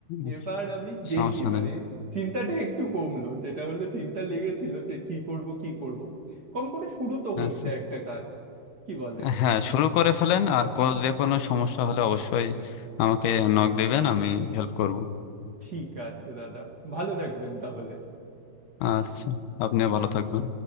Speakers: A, on the left; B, on the right.
A: আচ্ছা,
B: এবার আমি দেখি
A: সমস্যা
B: মানে
A: নাই
B: চিন্তাটা একটু কমলো যেটা হলো চিন্তা লেগেছিল যে কি করব কি করব কম করে শুরু তো হচ্ছে
A: আচ্ছা
B: একটা কাজ কি বলেন
A: হ্যাঁ শুরু করে ফেলেন আর কো- যে কোনো সমস্যা হলে অবশ্যই আমাকে নক দিবেন আমি হেল্প করব
B: ঠিক আছে দাদা ভালো থাকবেন তাহলে
A: আচ্ছা আপনিও ভালো থাকবেন